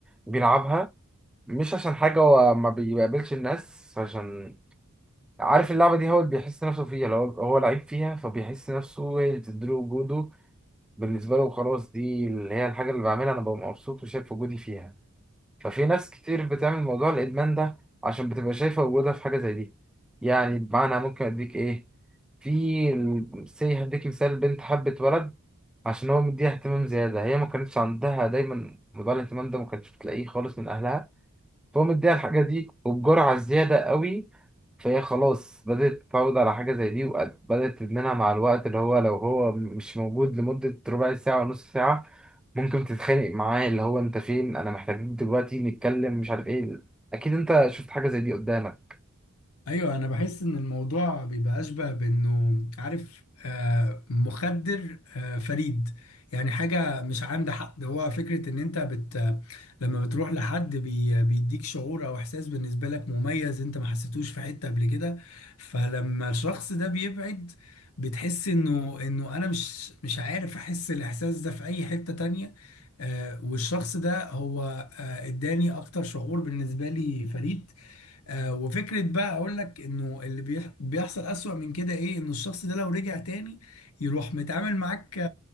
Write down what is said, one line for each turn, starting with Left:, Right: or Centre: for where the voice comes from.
Centre: بيلعبها مش عشان حاجة هو ما بيقابلش الناس عشان عارف اللعبة دي هو اللي بيحس نفسه فيها لو هو هو لعيب فيها فبيحس نفسه هي اللي بتديله وجوده بالنسبة له خلاص دي اللي هي الحاجة اللي بعملها انا ببقى مبسوط وشايف وجودي فيها ففي ناس كتير بتعمل موضوع الادمان ده عشان بتبقى شايفه وجودها في حاجه زي دي يعني بمعنى ممكن اديك ايه في ال- سي هديك مثال بنت حبت ولد عشان هو مديها اهتمام زياده هي ما كانتش عندها دايما موضوع الاهتمام ده ما كانتش بتلاقيه خالص من اهلها فهو مديها الحاجه دي وبجرعه زياده قوي فهي خلاص بدأت تتعود على حاجة زي دي وبدأت تدمنها مع الوقت اللي هو لو هو مش موجود لمدة ربع ساعة ونص ساعة ممكن تتخانق معاه اللي هو انت فين انا محتاجين دلوقتي نتكلم مش عارف ايه اكيد انت شفت حاجه زي دي قدامك
Left: ايوه انا بحس ان الموضوع بيبقى اشبه بانه عارف آه، مخدر آه، فريد يعني حاجه مش عند حد هو فكره ان انت بت لما بتروح لحد بي... بيديك شعور او احساس بالنسبه لك مميز انت ما حسيتوش في حته قبل كده فلما الشخص ده بيبعد بتحس انه انه انا مش مش عارف احس الاحساس ده في اي حته تانية آه، والشخص ده هو آه، اداني اكتر شعور بالنسبه لي فريد آه وفكرة بقى اقول لك انه اللي بيح بيحصل اسوأ من كده ايه انه الشخص ده لو رجع تاني يروح متعامل معاك آه